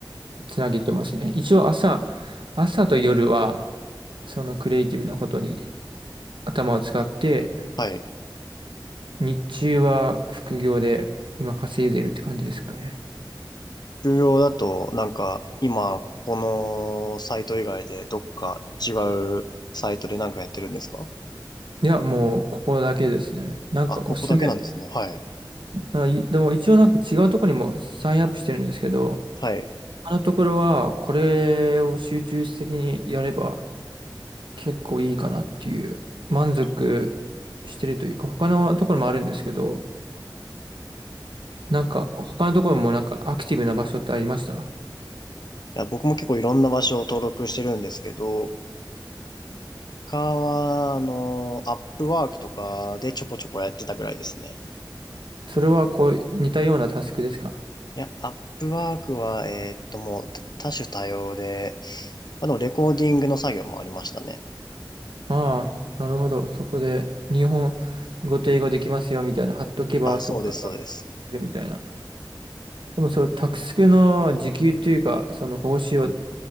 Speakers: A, on the right; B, on the left.
A: つなげてますね。一応朝、朝と夜は、そのクリエイティブなことに頭を使って、
B: はい。
A: 日中は副業で今稼いでるって感じですかね。
B: 重業だと、なんか今、このサイト以外でどっか違うサイトでなんかやってるんですか
A: いや、もうここだけですね。なんかおすすめ。
B: あ、ここだけなんですね。はい、
A: なんかいでも一応なんか違うところにもサインアップしてるんですけど、
B: はい。い
A: あのところはこれを集中的にやれば結構いいかなっていう満足してるというか、他のところもあるんですけど、なんか他のところもなんかアクティブな場所ってありました
B: や、僕も結構いろんな場所を登録してるんですけど、他は、あの、アップワークとかでちょこちょこやってたぐらいですね。
A: それはこう似たようなタスクですか
B: いや、アップワークは、えーっと、もうた多種多様で、あの、レコーディングの作業もありましたね。
A: ああ、なるほど。そこで、日本語と英語できますよ、みたいな、貼っとけば、
B: あ、
A: そこから、
B: そうです、そうです。
A: でみたいな。でも、それ、タクスクの時給というか、その報酬はい